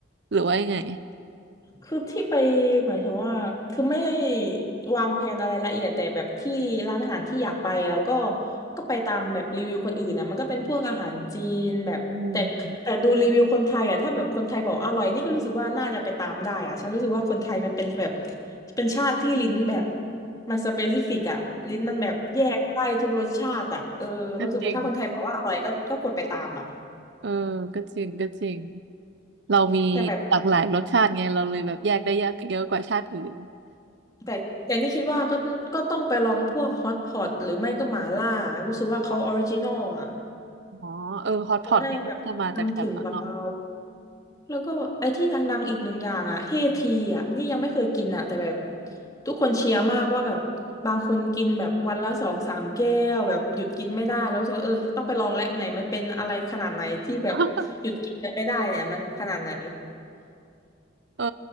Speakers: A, on the right; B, on the left.
A: หรือว่ายังไง
B: คือที่ไปหมายถึงว่าคือไม่ได้วางแผนอะไรละเอียดแต่แบบที่ร้านอาหารที่อยากไปอะก็ก็ไปตามแบบรีวิวคนอื่นนะมันก็เป็นพวกอาหารจีนแบบแต่แต่ดูรีวิวคนไทยอะถ้าแบบคนไทยบอกอร่อยนี่ก็รู้สึกว่าน่าจะไปตามได้อะฉันรู้สึกว่าคนไทยมันเป็นแบบ
A: อืม
B: เป็นชาติที่ลิ้นแบบมันสเปซิฟิกอะลิ้นมันแบบแยกได้ทุกรสชาติอะเออรู้สึกว่าถ้าคนไทยบอกว่าอร่อยก็ก็ควรไปตามอะ
A: ก็จริงเออก็จริงก็จริงเรามีหลากหลายรสชาติไงเราเลยแบบแยกได้เยอะเยอะกว่าชาติอื่น
B: แต่แบบ แต่แต่นี่คิดว่าก็ก็ต้องไปลองพวกฮอตพอตหรือไม่ก็หมาล่ารู้สึกว่าเขาออริจินอลอ่ะ
A: อ๋อเออฮอตพอตนี่ก็มาจากแถบนั้นเนาะ
B: เขาน่าจะแบบทำถึงกว่าเราแล้วก็ไอ้ที่ดังๆอีกหนึ่งอย่างอ่ะเฮทีอ่ะนี่ยังไม่เคยกินอ่ะแต่แบบทุกคนเชียร์มากว่าแบบบางคนกินแบบวันละสองสามแก้วแบบหยุดกินไม่ได้แล้วรู้สึกว่าเออต้องไปลองแล้วไหนมันเป็นอะไรขนาดไหนที่แบบหยุดกินกันไม่ได้เนี่ยมันขนาดไหน
A: <laughs> เออ